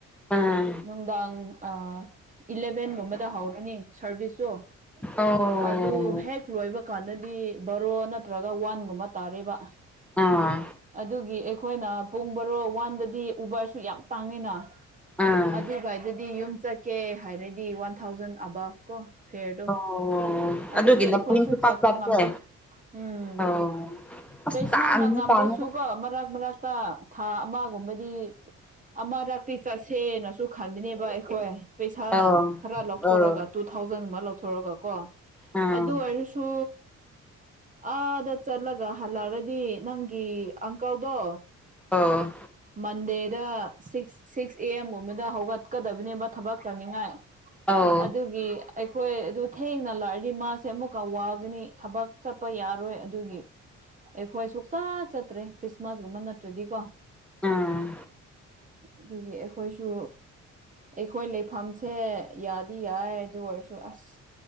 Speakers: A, in the centre; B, on the right (about 25°).
A: ꯑꯥ
B: ꯅꯨꯡꯗꯥꯡ ꯑꯥ ꯏꯂꯚꯦꯟꯒꯨꯝꯕꯗ ꯍꯧꯔꯅꯤ ꯁꯥꯔꯚꯤꯁꯇꯨ
A: ꯑꯣ
B: ꯑꯗꯨ ꯍꯦꯛ ꯂꯣꯏꯕ ꯀꯥꯟꯗꯗꯤ ꯕꯔꯣ ꯅꯠꯇ꯭ꯔꯒ ꯋꯥꯟꯒꯨꯝꯕ ꯇꯥꯔꯦꯕ
A: ꯑꯥ
B: ꯑꯗꯨꯒꯤ ꯑꯩꯈꯣꯏꯅ ꯄꯨꯡ ꯕꯔꯣ ꯋꯥꯟꯗꯗꯤ ꯎꯕꯔꯁꯨ ꯌꯥꯝ ꯇꯥꯡꯉꯤꯅ
A: ꯑꯥ
B: ꯑꯗꯨꯒ ꯍꯥꯏꯗꯗꯤ ꯌꯨꯝ ꯆꯠꯀꯦ ꯍꯥꯏꯔꯗꯤ ꯋꯥꯟ ꯊꯥꯎꯖꯟ ꯑꯕꯞ ꯀꯣ ꯐꯦꯔꯗꯣ
A: ꯑꯣ
B: ꯑꯗꯨꯒꯤ
A: ꯂꯝꯕꯤꯁꯨ
B: ꯑꯩꯈꯣꯏꯁꯨ
A: ꯄꯥꯛ
B: ꯆꯠꯄ
A: ꯆꯠꯇꯦ
B: ꯉꯝꯗꯦ ꯎꯝ
A: ꯑꯣ ꯑꯁ
B: ꯂꯩꯁꯥꯅ
A: ꯇꯥꯡꯗꯤ
B: ꯉꯝꯂꯁꯨꯀꯣ
A: ꯇꯥꯡꯉꯦꯗ
B: ꯃꯔꯛ ꯃꯔꯛꯇ ꯊꯥ ꯑꯃꯒꯨꯝꯕꯗꯤ ꯑꯃꯔ ꯇꯤ ꯆꯁꯦ ꯅ ꯁꯨ ꯈꯟꯕꯤꯅꯦꯕ ꯑꯩꯈꯣꯏ ꯄꯩꯁꯥꯅ
A: ꯑꯣ ꯑꯣ
B: ꯈꯔ ꯂꯧꯊꯣꯔꯒ
A: ꯑꯣ
B: ꯇꯨ ꯊꯥꯎꯖꯟ ꯑꯃ ꯂꯧꯊꯣꯔꯒ ꯀꯣ
A: ꯎꯝ
B: ꯑꯗꯨ ꯑꯣꯏꯔꯁꯨ ꯑꯥꯗ ꯆꯠꯂꯒ ꯍꯜꯂꯛꯑꯔꯗꯤ ꯅꯪꯒꯤ ꯑꯪꯀꯜꯗꯣ
A: ꯑꯣ
B: ꯃꯟꯦꯗ ꯁꯤꯛꯁ ꯁꯤꯛꯁ ꯑꯦ ꯑꯦꯝꯒꯨꯝꯕꯗ ꯍꯧꯒꯠꯀꯗꯕꯅꯦꯕ ꯊꯕꯛ ꯇꯧꯅꯤꯉꯥꯏ
A: ꯑꯣ
B: ꯑꯗꯨꯒꯤ ꯑꯩꯈꯣꯏ ꯑꯗꯨ ꯊꯦꯡꯅ ꯂꯑꯔꯗꯤ ꯃꯥꯁꯦ ꯑꯃꯨꯛꯀ ꯋꯥꯒꯅꯤ ꯊꯕꯛ ꯆꯠꯄ ꯌꯥꯔꯣꯏ ꯑꯗꯨꯒꯤ ꯑꯩꯈꯣꯏ ꯁꯨꯛꯆꯥ ꯆꯠꯇ꯭ꯔꯦ ꯈ꯭ꯔꯤꯁꯃꯥꯁꯒꯨꯝꯕ ꯅꯠꯇ꯭ꯔꯗꯤꯀꯣ
A: ꯎꯝ
B: ꯑꯗꯨꯒꯤ ꯑꯩꯈꯣꯏꯁꯨ ꯑꯩꯈꯣꯏ ꯂꯩꯐꯝꯁꯦ ꯌꯥꯗꯤ ꯌꯥꯏ ꯑꯗꯨ ꯑꯣꯏꯔꯁꯨ ꯑꯁ